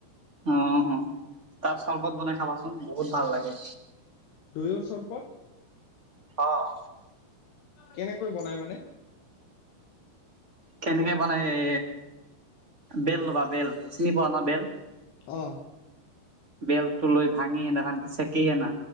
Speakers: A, on the right; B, on the left.
A: অ', অ' তাৰ চৰ্বত বনাই খাবাচোন। বহুত ভাল লাগে
B: দৈৰ চৰবত
A: অ'।
B: কেনেকৈ বনাই মানে?
A: কেনেকে মানে এ বেল ল'বা বেল চিনি পোৱা ন বেল
B: অ',
A: বেলটো লৈ ভাঙিহেনা ভানকে চেকিহেনা